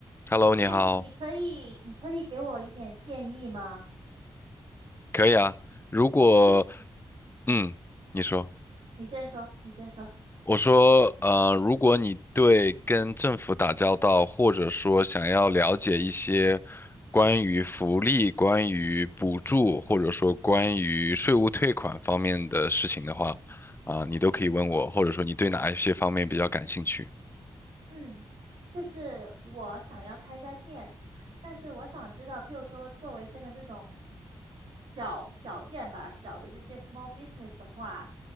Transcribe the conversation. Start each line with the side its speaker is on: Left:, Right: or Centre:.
Left: Hello，你好，
Right: 哎，你可以，你可以给我一点建议吗？
Left: 可以啊。如果，
Right: 就
Left: 嗯，你说，
Right: 你先说，你先说。
Left: 我说，呃，如果你对跟政府打交道，或者说想要了解一些关于福利、关于补助，或者说关于税务退款方面的事情的话，啊、你都可以问我，或者说你对哪一些方面比较感兴趣。
Right: 嗯，就是我想要开一家店，但是我想知道，譬如说，作为现在这种小小店吧，小的这些 small business 的话，